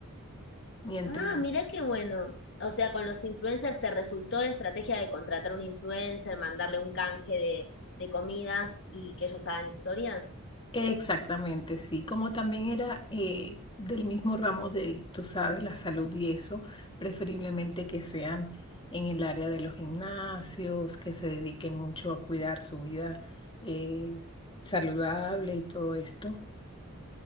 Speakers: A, on the left; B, on the left.
A: Mientras,
B: Ah, mira qué bueno. O sea, con los influencers te resultó la estrategia de contratar un influencer, mandarle un canje de, de comidas y que ellos hagan historias.
A: exactamente, sí. Como también era eh, del mismo ramo de, tú sabes, la salud y eso, preferiblemente que sean en el área de los gimnasios, que se dediquen mucho a cuidar su vida eh, saludable y todo esto.